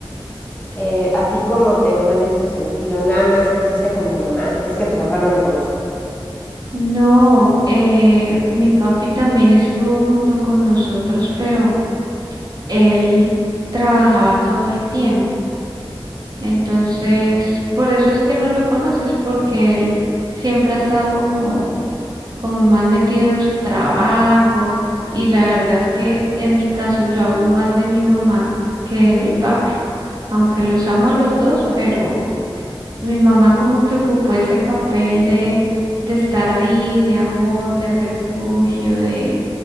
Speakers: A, on the left; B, on the right.
A: Eh, ¿A ti cómo te fue en ese sentido? ¿Nada más creciste con tu mamá? Es que a tu papá no lo conozco.
B: No, eh, mi papi también estuvo junto con nosotros, pero él trabajaba todo el tiempo. Entonces, por eso es que no lo conoces, porque él siempre ha estado como, como más metido en su trabajo. Y la verdad es que en mi caso yo hablo más de mi mamá que de
A: Ujú.
B: mi papi, aunque los amo a los dos, pero... Mi mamá como que ocupó ese papel de, de estar ahí, de amor, de refugio, de,